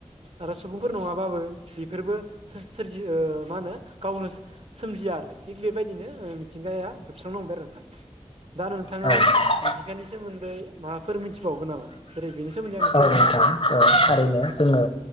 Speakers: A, on the right (about 60°); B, on the left (about 55°).
A: आरो सुबुंफोर नङाबाबो बेफोरबो सोर-सोरजि मा होनो गावनो सोमजिया आरो थिग बेबायदिनो मिथिंगाया जोबस्रांनो हमबाय आरो नोंथां। दा आरो नोंथाङा
B: औ नोंथां
A: मिथिंगानि सोमोन्दै माबाफोर मिथिबावगोन नामा? जेरै बेनि सोमोन्दै आंनो
B: औ
A: फोरमायनाय?
B: नोंथां थारैनो, जोङो